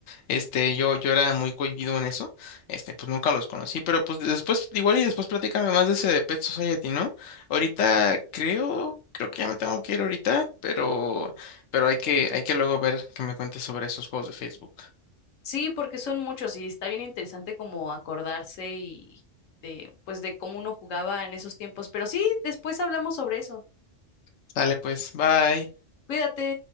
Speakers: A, on the left; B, on the left.
A: este, yo, yo era muy cohibido en eso, este, pues nunca los conocí. Pero pues después, igual y después platícame más de ese de Pet Society, ¿no? Ahorita creo, creo que ya me tengo que ir ahorita, pero, pero hay que, hay que luego ver que me cuentes sobre esos juegos de Facebook.
B: Sí, porque son muchos y está bien interesante como acordarse y de, pues de cómo uno jugaba en esos tiempos. Pero sí, después hablamos sobre eso.
A: Sale pues, bye.
B: Cuídate.